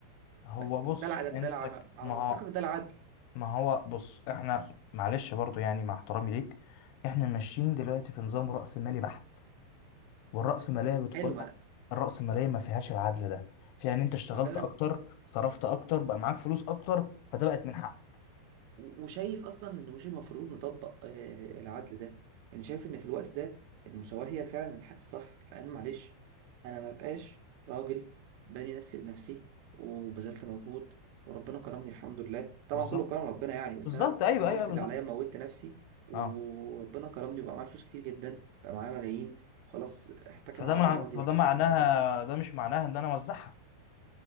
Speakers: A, on the left; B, on the right.
A: هو
B: بس
A: بص
B: ده العدل
A: انت
B: ده الع...
A: ك-
B: على
A: ما
B: منطقك
A: هو
B: ده العدل
A: ما هو بص احنا معلش برضو يعني مع احترامي ليك احنا ماشيين دلوقتي في نظام رأسمالي بحت والرأسمالية بتقول
B: حلو ما,
A: لك
B: أنا-
A: الرأسمالية ما فيهاش العدل ده فيها ان انت اشتغلت
B: ما ده اللي
A: اكتر
B: انا
A: صرفت اكتر بقى معاك فلوس اكتر فده بقت من حق
B: و- وشايف اصلا انه مش المفروض نطبق آه، العدل ده يعني شايف ان في الوقت ده المساواة هي فعلا الحل الصح لان معلش انا ما بقاش راجل باني نفسي بنفسي وبذلت مجهود وربنا كرمني الحمد لله طبعا
A: بالظبط
B: كله كرم ربنا يعني بس
A: بالظبط
B: انا
A: ايوه
B: عملت
A: ايوه بالظبط
B: اللي عليا موتت نفسي وربنا
A: اه
B: كرمني وبقى معايا فلوس كتير جدا بقى معايا ملايين وخلاص احتكم
A: فده
B: على
A: مع...
B: اراضي
A: فده
B: واحتكم
A: معناها
B: على عربيه
A: ده مش معناها ان انا اوزعها